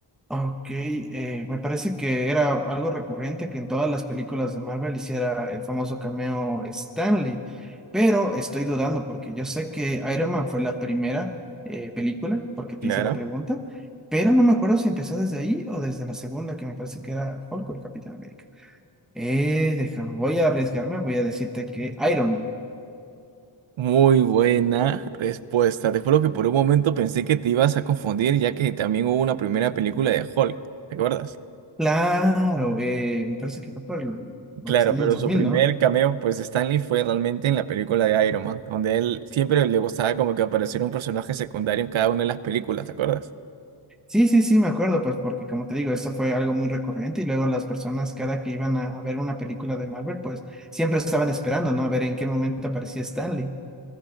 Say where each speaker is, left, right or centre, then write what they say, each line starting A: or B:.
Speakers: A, in the centre; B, on the right (about 85°).
A: Ok, eh, me parece que era algo recurrente que en todas las películas de Marvel hiciera el famoso cameo Stanley, pero estoy dudando porque yo sé que Iron Man fue la primera eh, película, porque te
B: Claro.
A: hice la pregunta, pero no me acuerdo si empezó desde ahí o desde la segunda, que me parece que era Hulk o el Capitán América. Eh, deja, voy a arriesgarme, voy a decirte que Iron Man.
B: Muy buena respuesta. Te juro que por un momento pensé que te ibas a confundir, ya que también hubo una primera película de Hulk, ¿te acuerdas?
A: Claro, eh, me parece que fue por los
B: Claro,
A: años
B: pero
A: dos
B: su
A: mil,
B: primer
A: ¿no?
B: cameo, pues Stanley, fue realmente en la película de Iron Man, donde él siempre le gustaba como que apareciera un personaje secundario en cada una de las películas, ¿te acuerdas?
A: Sí, sí, sí, me acuerdo, pues porque como te digo, esto fue algo muy recurrente y luego las personas cada que iban a ver una película de Marvel, pues siempre estaban esperando, ¿no? A ver en qué momento aparecía Stanley.